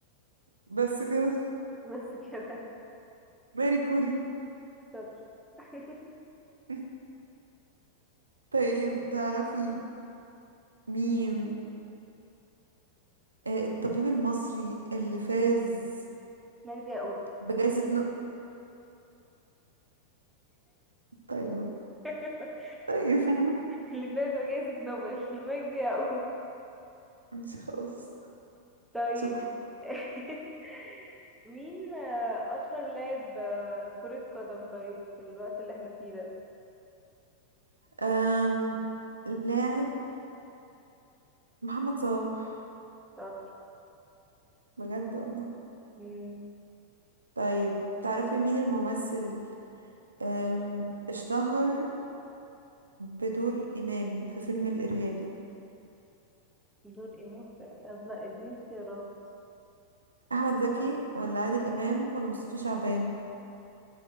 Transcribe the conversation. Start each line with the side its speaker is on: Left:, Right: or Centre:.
Right: بس كده
Centre: <laughs> بس كده
Right: ماري كوري
Centre: شاطر <laughs>
Right: <laughs> طيب تعرفي مين آه، الطبيب المصري اللي فاز
Centre: مجدي يعقوب
Right: بجائزة نو طيب
Centre: <laughs>
Right: طيب <laughs>
Centre: اللي فاز بجائزة نوبل <laughs> مجدي يعقوب
Right: ماشي خلاص
Centre: طيب
Right: شكرا
Centre: <laughs> مين آه، أشهر لاعب آه، كرة قدم طيب في الوقت اللي احنا فيه ده
Right: أم... لاعب محمد صلاح
Centre: شاطر
Right: بجد والله
Centre: مم،
Right: طيب تعرفي مين الممثل أم... اشتهر بدور إمام في فيلم الإرهابي
Centre: دول إمام في- طب لا اديني اختيارات
Right: أحمد زكي ولا عادل إمام ولا مصطفى شعبان